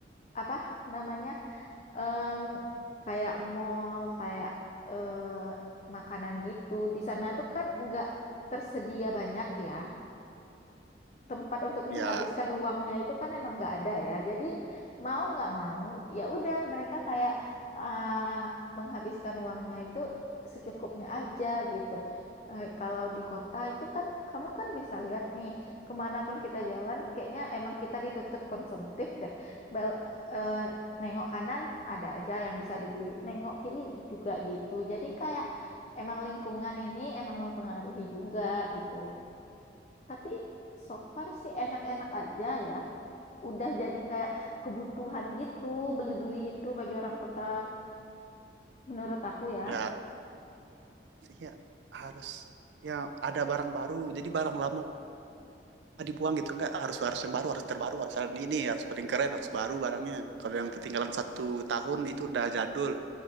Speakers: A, on the left; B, on the right.
A: apa namanya em, kayak mall, kayak eh, makanan gitu di sana tuh kan nggak tersedia banyak ya tempat untuk
B: Ya,
A: menghabiskan uangnya itu kan emang nggak ada ya. Jadi mau nggak mau ya udah mereka kayak ah, menghabiskan uangnya itu secukupnya aja gitu. Eh, kalau di kota itu kan kamu kan bisa lihat nih kemanapun kita jalan kayaknya emang kita dituntut konsumtif deh. Bel- eh, nengok kanan ada aja yang bisa dibeli, nengok kiri juga gitu. Jadi kayak emang lingkungan ini emang mempengaruhi juga gitu. tapi So far sih enak-enak aja ya. Udah jadi kayak kebutuhan gitu, beli-beli itu bagi orang kota menurut aku ya.
B: ya, ya harus ya ada barang baru, jadi barang lama dibuang gitu, nggak harus harus yang baru, harus terbaru, harus ada ini, harus paling keren, harus baru barangnya. Kalau yang ketinggalan satu tahun itu udah jadul,